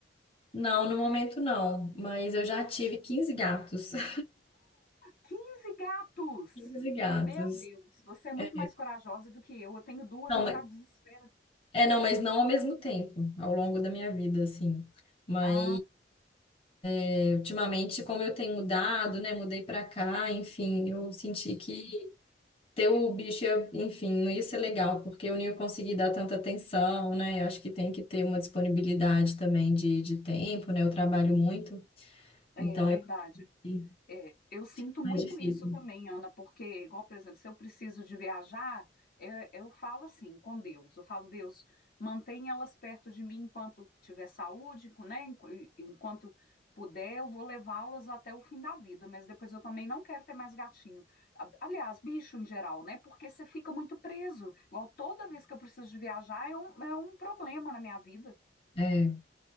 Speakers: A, on the left; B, on the left.
A: Não, no momento não, mas eu já tive 15 gatos. <laughs>
B: quinze gatos!
A: Quinze gatos.
B: Meu Deus, você é muito
A: É,
B: mais corajosa do que eu. Eu tenho duas,
A: não,
B: eu
A: mas,
B: já desespero.
A: é, não, mas não ao mesmo tempo, ao longo da minha vida, assim. Mas
B: Ah,
A: é, ultimamente, como eu tenho mudado, né, mudei pra cá, enfim, eu senti que ter o bicho, ia- enfim, não ia ser legal, porque eu não ia conseguir dar tanta atenção, né? Eu acho que tem que ter uma disponibilidade também de, de tempo, né? Eu trabalho muito.
B: é
A: Então,
B: verdade.
A: eu acho que
B: É, eu sinto
A: é mais
B: muito
A: difícil.
B: isso também, Ana, porque, igual, por exemplo, se eu preciso de viajar, é, eu falo assim com Deus. Eu falo, Deus, mantém elas perto de mim enquanto tiver saúde, co- né? enqu- e- Enquanto puder, eu vou levá-las até o fim da vida, mas depois eu também não quero ter mais gatinho. A- Aliás, bicho em geral, né? Porque você fica muito preso. Igual toda vez que eu preciso de viajar, é um, é um problema na minha vida,
A: É.